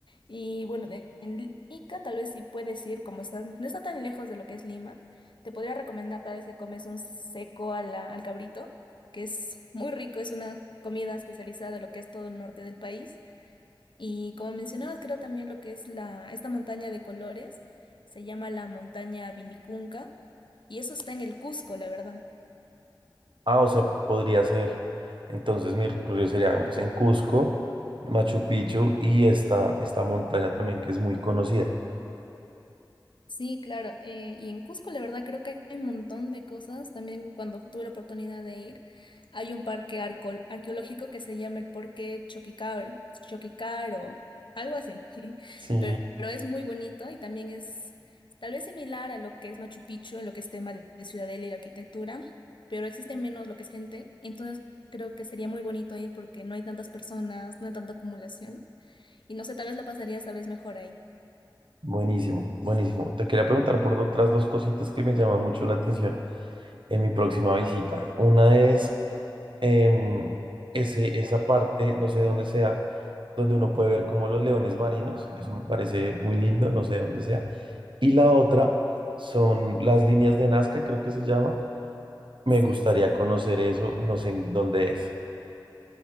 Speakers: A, on the left; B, on the right.
A: Y bueno, de, en Ica tal vez sí puedes ir, como está, no está tan lejos de lo que es Lima, te podría recomendar tal vez que comes un seco a la- al cabrito, que es muy rico, es una comida especializada de lo que es todo el norte del país. Y como mencionabas, creo también lo que es la, esta montaña de colores, se llama la montaña Vinicunca, y eso está en el Cusco, la verdad.
B: Ah, o sea, podría ser. Entonces mi recorrido sería pues, en Cusco, Machu Picchu y esta, esta montaña también que es muy conocida.
A: Sí, claro. eh, y en Cusco, la verdad, creo que hay un montón de cosas. También cuando tuve la oportunidad de ir, hay un parque arco- arqueológico que se llama el Parque Choquicar, Choquicar o algo así. <laughs>
B: Sí.
A: Pero, pero es muy bonito y también es tal vez similar a lo que es Machu Picchu en lo que es tema de de ciudadela y de arquitectura, pero existe menos lo que es gente. Entonces creo que sería muy bonito ir porque no hay tantas personas, no hay tanta acumulación. Y no sé, tal vez la pasarías tal vez mejor ahí.
B: Buenísimo, buenísimo. Te quería preguntar por otras dos cositas que me llaman mucho la atención en mi próxima visita. Una es em, ese, esa parte, no sé dónde sea, donde uno puede ver como los leones marinos. Eso me parece muy lindo, no sé dónde sea. Y la otra son las líneas de Nazca, creo que se llama Me
A: Sí,
B: gustaría
A: sí.
B: conocer eso, no sé en dónde es.